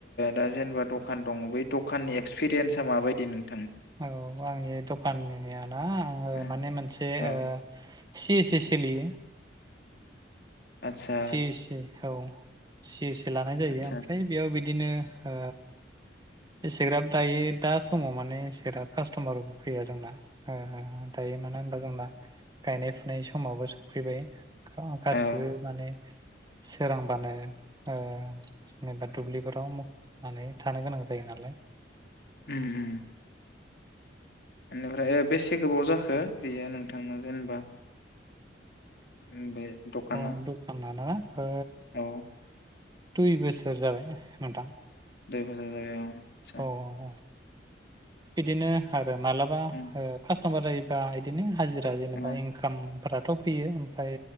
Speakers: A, on the left; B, on the right.
A: दा जेनेबा दखान दङ बै दखाननि एक्सपिरियेन्सा माबायदि नोंथां
B: औ आंनि दखाननिया ना आङो
A: ओ
B: माने मोनसे
A: औ
B: ओ एसे एसे सोलियो
A: आतसा
B: से से औ <unintelligible> लानाय जायो
A: आतसा
B: ओमफ्राय
A: आतसा
B: बेयाव बिदिनो हो एसेग्राब दायो दा समाव माने एसेग्राब कास्टमारबो फैया जोंना दायो मानो होनबा जोंना गायनाय फुनाय समाबो सफैबाय गासिबो
A: औ
B: माने सोरांबानो जेनेबा दुब्लिफोराव मखुबनानै थानो गोनां जायो जायो नालाय
A: उम उम बेनिफ्राय बेसे गोबाव जाखो बेयो नोंथांना जेनेबा उम बे दखाना
B: अ दखाना ना? हो
A: औ
B: दुइ बोसोर जाबाय नोंथां।
A: दुइ बोसोर जाबाय औ। सा।
B: औ औ बिदिनो आरो मालाबा
A: उम
B: ओ हामा जायोबा इदिनो हाजिरा जेनेबा
A: औ
B: इनखामफ्रा ट फैयो। फाय